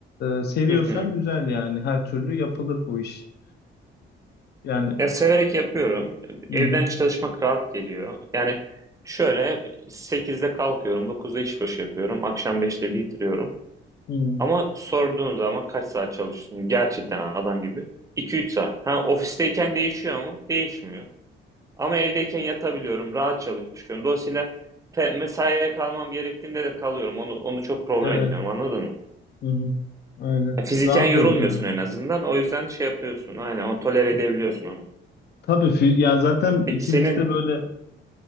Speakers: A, on the left; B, on the right.
A: e, seviyorsan
B: Hı hı.
A: güzel yani her türlü yapılır bu iş. Yani
B: Ya severek yapıyorum.
A: hı
B: Evden
A: hı,
B: çalışmak rahat geliyor. Yani şöyle sekizde kalkıyorum, dokuzda iş başı yapıyorum, akşam beşte bitiriyorum.
A: hı.
B: Ama sorduğun zaman kaç saat çalışıyorsun gerçekten adam gibi iki üç saat. Ha, ofisteyken değişiyor mu? Değişmiyor. Ama evdeyken yatabiliyorum, rahat çalışıyorum. Dolayısıyla te- mesaiye kalmam gerektiğinde de kalıyorum. Onu, onu çok problem
A: Evet.
B: etmiyorum anladın mı?
A: Hı hı. Öyle.
B: Ya, Fiziken
A: Rahat
B: yorulmuyorsun
A: olur yani.
B: en azından. O yüzden şey yapıyorsun. Aynen o tolere edebiliyorsun onu.
A: Tabii fi- ya zaten
B: Peki
A: ikimiz
B: senin
A: de böyle